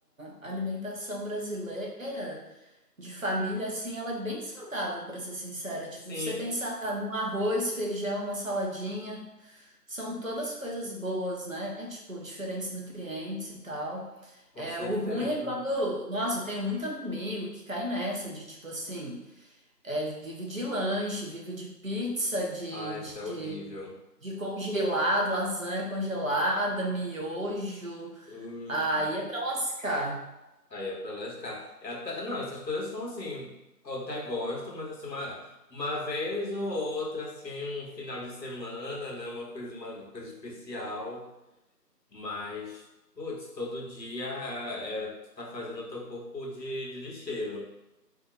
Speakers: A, on the right; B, on the left.
A: a alimentação brasileira de família, assim, ela é bem saudável, pra ser sincera. Tipo,
B: Sim,
A: você pensar num arroz, feijão, uma saladinha, são todas coisas boas, né? Tipo, diferentes nutrientes e tal.
B: com
A: É,
B: certeza.
A: o ruim é quando. Nossa, eu tenho muito amigo que cai nessa de tipo assim. É, vive de lanche, vive de pizza, de,
B: ah isso é horrível.
A: de, de congelado, lasanha congelada, miojo.
B: Ui,
A: Aí é pra lascar.
B: aí é pra lascar. É até- não, essas coisas são assim, eu até gosto, mas assim, uma, uma vez ou outra, assim, um final de semana, né? Uma coisa, uma coisa especial. Mas, putz, todo dia é, tu tá fazendo o teu corpo de, de lixeiro.